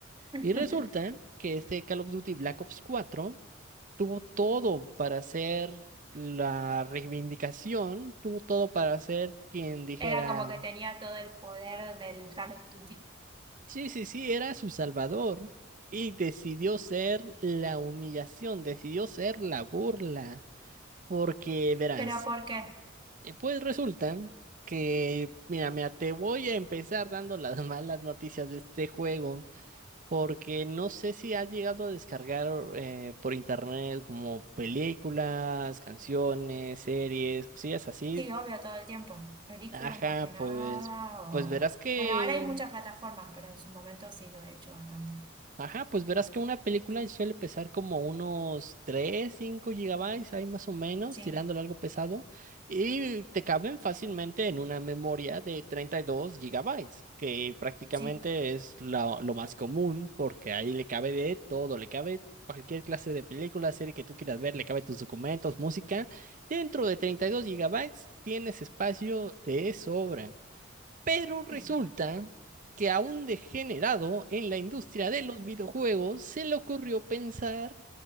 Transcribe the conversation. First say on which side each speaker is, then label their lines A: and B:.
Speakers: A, on the right (about 25°); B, on the right (about 40°).
A: <laughs>
B: Y resulta que este Call of Duty Black Ops cuatro tuvo todo para hacer la reivindicación, tuvo todo para ser quien dijera,
A: Era como que tenía todo el poder del Call of Duty.
B: sí, sí, sí, era su salvador. Y decidió ser la humillación, decidió ser la burla. Porque verás.
A: ¿Pero por qué?
B: Eh, Pues resulta que, mira, mira, te voy a empezar dando las <laughs> malas noticias de este juego, porque no sé si has llegado a descargar eh, por internet como películas, canciones, series, cosillas así.
A: Sí, obvio, todo el tiempo. Películas
B: Ajá,
A: más que nada
B: pues,
A: o...
B: pues verás que
A: Bueno, ahora hay muchas plataformas, pero en su momento sí lo he hecho bastante.
B: Ajá, pues verás que una película suele pesar como unos 3, 5 gigabytes, ahí más o menos,
A: Sí,
B: tirándole algo pesado, y te caben fácilmente en una memoria de 32 gigabytes, que prácticamente
A: sí,
B: es la- lo más común, porque ahí le cabe de todo, le cabe cualquier clase de película, serie que tú quieras ver, le cabe tus documentos, música. Dentro de 32 gigabytes tienes espacio de sobra. Pero resulta
A: sí.
B: que a un degenerado en la industria de los videojuegos se le ocurrió pensar